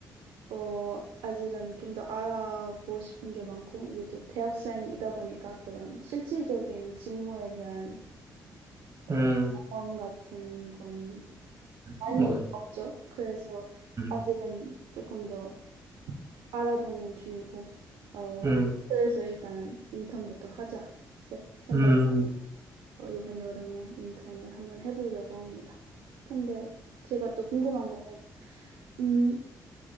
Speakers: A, on the right (about 80°); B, on the right (about 40°).
A: 어 아직은 좀 더 알아보고 싶은 게 많고 이제 또 대학생이다 보니까 그런 실질적인 직무에 대한 어
B: 음.
A: 경험 같은 건 많이
B: 모르.
A: 없죠. 그래서
B: 음,
A: 아직은 조금 더 알아보는 중이고 어
B: 음,
A: 그래서 일단은 인턴부터 하자 시작 생각.
B: 음,
A: 어, 이번 여름에 인턴을 한번 해보려고 합니다. 근데 제가 또 궁금한 거는, 음,